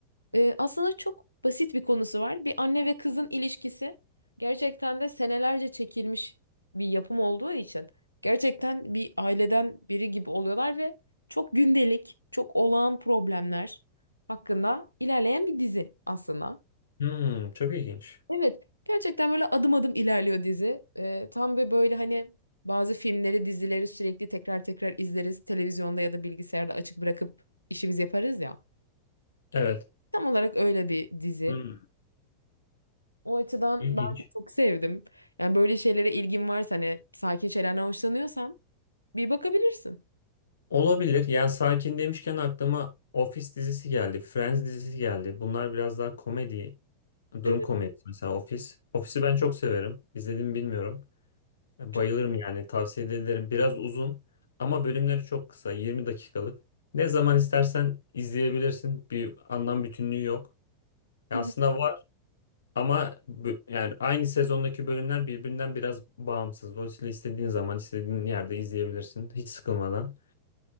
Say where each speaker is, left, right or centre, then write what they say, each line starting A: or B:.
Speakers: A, on the left; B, on the left.
A: Ee, aslında çok basit bir konusu var. Bir anne ve kızın ilişkisi gerçekten de senelerce çekilmiş bir yapım olduğu için gerçekten bir aileden biri gibi oluyorlar ve çok gündelik, çok olağan problemler hakkında ilerleyen bir dizi aslında.
B: Hmm, çok ilginç.
A: Evet, gerçekten böyle adım adım ilerliyor dizi. Ee, tam ve böyle hani bazı filmleri, dizileri sürekli tekrar tekrar izleriz. Televizyonda ya da bilgisayarda açık bırakıp işimizi yaparız ya.
B: Evet.
A: Tam olarak öyle bir dizi.
B: Hmm,
A: O açıdan
B: ilginç.
A: ben çok sevdim. Yani böyle şeylere ilgin varsa hani sakin şeylerden hoşlanıyorsan bir bakabilirsin.
B: Olabilir. Yani sakin demişken aklıma Office dizisi geldi. Friends dizisi geldi. Bunlar biraz daha komedi. Durum
A: Evet,
B: komedisi mesela Office. Office'i ben çok severim. İzledim mi bilmiyorum. E,
A: çok.
B: Bayılırım yani tavsiye ederim. Biraz uzun ama bölümleri çok kısa. 20 dakikalık. Ne zaman istersen izleyebilirsin. Bir anlam bütünlüğü yok. Ya
A: Hı
B: Aslında
A: hı.
B: var Ama bu- yani aynı sezondaki bölümler birbirinden biraz bağımsız. Dolayısıyla istediğin zaman istediğin yerde izleyebilirsin. Hiç sıkılmadan